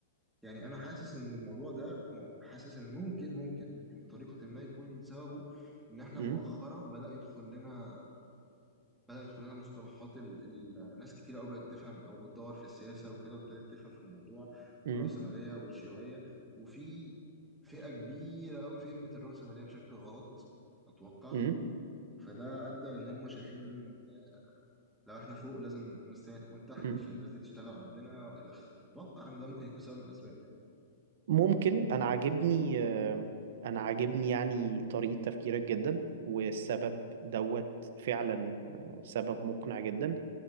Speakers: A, in the centre; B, on the right (about 60°).
A: يعني أنا حاسس إن الموضوع ده م- حاسس إن ممكن ممكن ممكن بطريقة ما يكون سببه إن إحنا
B: م?
A: مؤخرا بدأ يدخل لنا بدأ يدخل لنا مصطلحات ال... ال... ناس كتير قوي بقت تفهم او بتدور في السياسه وكده وابتدت تفهم في الموضوع
B: م?
A: والرأسماليه والشيوعيه وفي فئه كبيره قوي فهمت الرأسماليه بشكل غلط اتوقع
B: م?
A: فده ادى لان هم شايفين ان لو احنا فوق لازم ناس تانية تكون تحت
B: م?
A: عشان الناس دي تشتغل عندنا والى اخره اتوقع ان ده ممكن يكون سبب من الاسباب يعني
B: ممكن انا عاجبني آه، انا عاجبني يعني طريقة تفكيرك جدا والسبب دوت فعلا آه، سبب مقنع جدا